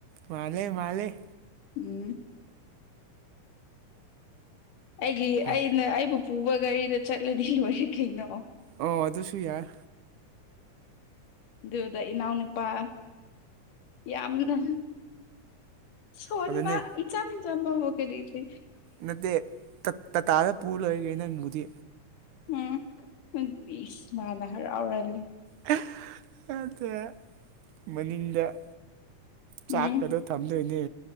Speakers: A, on the right; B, on the left.
A: ꯃꯥꯜꯂꯦ ꯃꯥꯜꯂꯦ
B: ꯎꯝ ꯑꯩꯒꯤ
A: ꯍꯥ
B: ꯑꯩꯅ ꯑꯩꯕꯨ ꯄꯨꯕ ꯒꯥꯔꯤꯗ ꯆꯠꯂꯗꯤ ꯂꯣꯏꯔꯦ ꯀꯩꯅꯣ
A: ꯑꯣ ꯑꯗꯨꯁꯨ ꯌꯥꯏ
B: ꯗꯨꯗ ꯏꯅꯥꯎ ꯅꯨꯄꯥ ꯌꯥꯝꯅ ꯁꯣꯟꯕ
A: ꯑꯗꯨꯅꯦ
B: ꯏꯆꯝ ꯆꯝꯕꯕꯨ ꯀꯔꯤꯗꯤ
A: ꯅꯠꯇꯦ ꯇ-ꯇꯇꯥꯗ ꯄꯨ ꯂꯣꯏꯔ ꯀꯩꯅꯣ ꯅꯪꯕꯨꯗꯤ
B: ꯎꯝ ꯏꯁ ꯃꯥꯅ ꯍꯔꯥꯎꯔꯥ ꯂꯩ
A: <unintelligible> ꯃꯅꯤꯡꯗ ꯆꯥꯛꯀꯗꯣ
B: ꯎꯝ
A: ꯊꯝꯗꯣꯏꯅꯦ